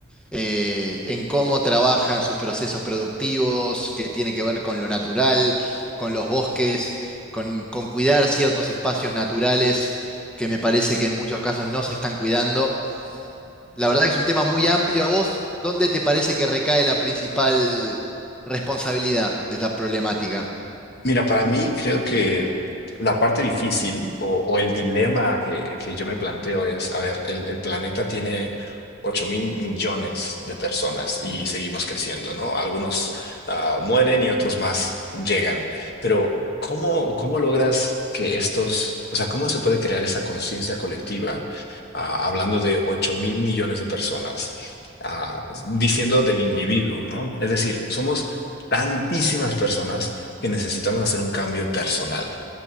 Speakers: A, in the centre; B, on the left (about 50°).
A: eh, en cómo trabajan sus procesos productivos, que tiene que ver con lo natural, con los bosques, con, con cuidar ciertos espacios naturales que me parece que en muchos casos no se están cuidando. La verdad que es un tema muy amplio. ¿A vos dónde te parece que recae la principal responsabilidad de esta problemática?
B: Mira, para mí creo que la parte difícil o, o el dilema que, que yo me planteo es, a ver, el, el planeta tiene ocho mil millones de personas y seguimos creciendo, ¿no? Algunos ah, mueren y otros más llegan, pero ¿cómo, cómo logras que estos, o sea, cómo se puede crear esa conciencia colectiva, ah, hablando de ocho mil millones de personas, ah, diciendo del individuo, ¿no? Es decir, somos tantísimas personas que necesitamos hacer un cambio personal.